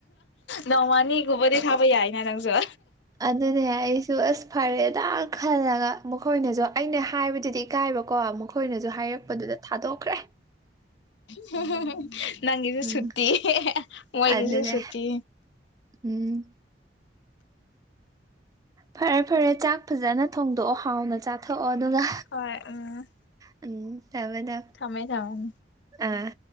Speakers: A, on the left; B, on the right.
A: ꯅꯣꯡꯃꯅꯤꯒꯨꯝꯕꯗꯤ ꯊꯥꯕ ꯌꯥꯏ ꯪ <unintelligible> ꯖꯣ
B: ꯑꯗꯨꯅꯦ ꯑꯩꯁꯨ ꯑꯁ ꯐꯔꯦ ꯈꯤꯇꯥꯛ ꯈꯜꯂꯒ ꯃꯈꯣꯏꯅꯁꯨ ꯑꯩꯅ ꯍꯥꯏꯕꯗꯨꯗꯤ ꯏꯀꯥꯏꯕꯀꯣ ꯑꯩꯈꯣꯏꯅꯁꯨ ꯍꯥꯏꯔꯛꯄꯗꯨꯗ ꯊꯥꯗꯣꯛ <unintelligible>
A: ꯍ ꯅꯪꯁꯨ
B: ꯎꯝ
A: ꯁꯇꯤ ꯃꯣꯏꯒꯤꯁꯨ
B: ꯑꯗꯨꯅꯦ
A: ꯁꯇꯤ
B: ꯎꯝ ꯐꯔꯦ ꯐꯔꯦ ꯆꯥꯛ ꯐꯖꯅ ꯊꯣꯡꯗꯣꯛꯑꯣ ꯍꯥꯎꯅ ꯆꯥꯊꯣꯛꯑꯣ ꯑꯗꯨꯒ
A: ꯍꯣꯏ ꯎꯝ
B: ꯎꯝ ꯇꯕꯗ
A: ꯊꯃꯦ ꯊꯃ
B: ꯑꯥ